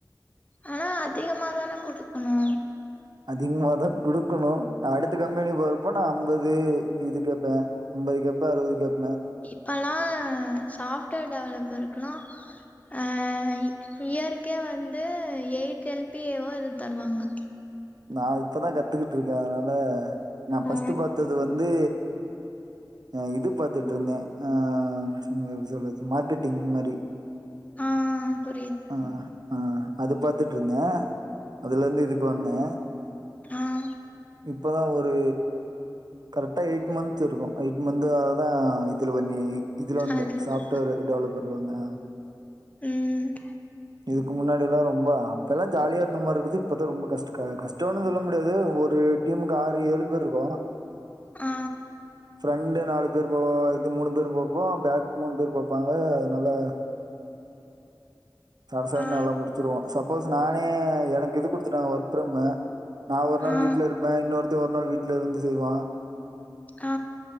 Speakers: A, on the left; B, on the right.
A: ஆனா அதிகமா தானே குடுக்கணு
B: அதிகமாதா குடுக்கணு அடுத்த கம்பெனி போறப்போ நான் ஐம்பது இது கேப்பேன் ஐம்பது கேப்பே அறுவது கேப்பே
A: இப்பல்லா சாப்ட்வேர் டெவலப்பருக்கெல்லா அ இயருக்கே வந்து எயிட் எல் பி ஏ வோ ஏதோ தருவாங்க
B: நா இப்பதா கத்துக்கிட்டு இருக்கே அதனால நான் ஃபஸ்ட்
A: ஓ
B: பாத்தது வந்து எ அ இது பாத்திட்டு இருந்தே அ எப்டி சொல்றது மார்க்கெட்டிங் மாரி
A: ஆ புரியுது
B: அ அ அது பாத்துட்டு இருந்தே அதுல இருந்து இதுக்கு வந்தே
A: அ ம்
B: இப்பதா ஒரு கரெக்டா எயிட் மந்த் இருக்கு எயிட் மந்த்துதா அதா இது இது பண்ணி இதுல வந்தே
A: அது
B: சாஃப்ட்வேர்
A: கு
B: டெவலப்பர்ல வந்த ஆ
A: ம்
B: இதுக்கு முன்னாடில்லா ரொம்பா அப்பல்லா ஜாலியா இருந்த மாரி இருந்து இப்பத்தா ரொம்ப கஷ்ட க கஷ்டோன் னு சொல்ல முடியாது ஒரு டீமுக்கு ஆறு ஏழு பேர் இருக்கோ
A: ஆ
B: ஃப்ரண்ட் நாலு பேர் போ இது மூணு பேர் பாப்போ பேக் மூணு பேர் பாப்பாங்க அதுனால்ல சடசடன்னு
A: ஆ
B: எல்லாம் முடிச்சிருவோ சப்போஸ் நானே எனக்கு இது குடுத்துட்டாங் ஒர்க் ஃப்ரம் நா ஒரு நாள்
A: ஆ
B: வீட்ல இருப்ப இன்னொருத்த ஒரு நாள் வீட்ல இருந்து செய்வான்
A: ஆ